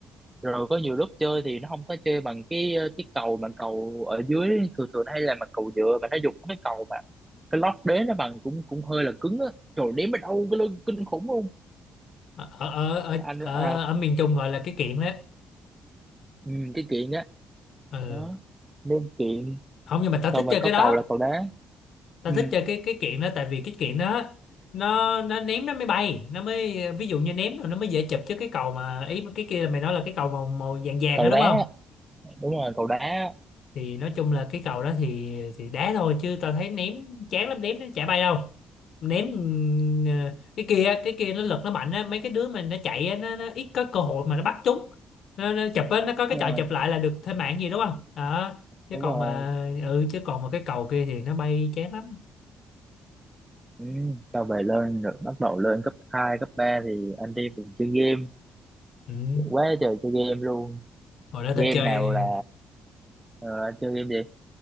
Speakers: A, on the right; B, on the left.
A: rồi có nhiều lúc chơi thì nó không có chơi bằng cái cái cầu bằng cầu ở dưới thường thường hay là bằng cầu nhựa mà nó dùng cái cầu mà cái lót đế nó bằng cũng cũng hơi là cứng á trời đếm ở đâu cái lưng kinh khủng luôn
B: Ở ở ở
A: anh
B: ở,
A: à,
B: ở miền Trung gọi là cái kiện đó.
A: ừ, cái chuyện đó
B: Ừ.
A: đó đúng chuyện
B: Không nhưng mà tao
A: xong
B: thích
A: rồi
B: chơi
A: có
B: cái đó
A: cầu là cầu đá
B: tao
A: ừ,
B: thích chơi cái cái kiện đó tại vì cái kiện đó nó nó ném nó mới bay nó mới ví dụ như ném rồi nó mới dễ chụp chứ cái cầu mà ý cái kia là mày nói là cái cầu màu màu vàng vàng
A: cầu
B: đó đúng
A: đá
B: không
A: đúng rồi cầu đá
B: thì nói chung là cái
A: ừ,
B: cầu đó thì thì đá thôi chứ tao thấy ném chán lắm ném nó chả bay đâu ném ừ, cái kia cái kia nó lực nó mạnh á mấy cái đứa mà nó chạy á nó, nó ít có cơ hội mà nó bắt chúng nó, nó chụp á nó
A: đúng
B: có cái trò
A: rồi
B: chụp lại là được thêm mạng gì đúng không đó chứ
A: đúng
B: còn
A: rồi
B: mà ừ chứ còn mà cái cầu kia thì nó bay chán lắm
A: ừ. sau về lên rồi bắt đầu lên cấp 2 cấp 3 thì anh đi mình chơi game
B: ừ.
A: quá trời chơi game luôn
B: hồi đó
A: game
B: tao chơi
A: nào là ờ, anh chơi game gì